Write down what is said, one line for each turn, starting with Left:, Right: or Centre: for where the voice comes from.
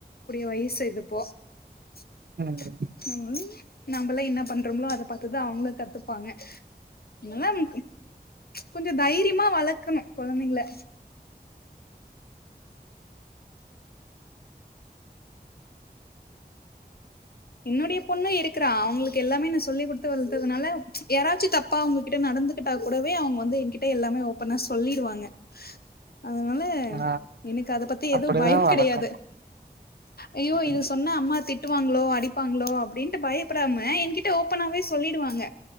Left: கூடிய வயசு இதுப்போ <unintelligible>
Right: கெளம்பனு
Left: ம் நம்மல்லா என்ன பண்றோம்ளோ அத பாத்துதா அவுங்களு கத்துப்பாங்க இல்லம் கொஞ்சோ தைரியமா வளக்கணு குழந்தைங்கள என்னுடைய பொண்ணு இருக்கிறா அவுங்களுக்கு எல்லாமே நா சொல்லிக் கொடுத்து வளததுனால யாராச்சு தப்பா உங்ககிட்ட நடந்து கிட்டா கூடவே அவுங்க வந்து எகிட்ட எல்லாமே ஓபனா சொல்லிடுவாங்க அதனால
Right: ஆ
Left: எனக்கு அத பத்தி
Right: அப்டிதா
Left: எது பயோ
Right: வளக்கணு
Left: கிடயாது அயோ
Right: ம்
Left: இது சொன்னா அம்மா திட் ட்டுவாங்களோ அடிப்பாங்களோ அப்டின்ட்டு பயப்படாம எகிட்ட ஓபனாவே சொல்லிடுவாங்க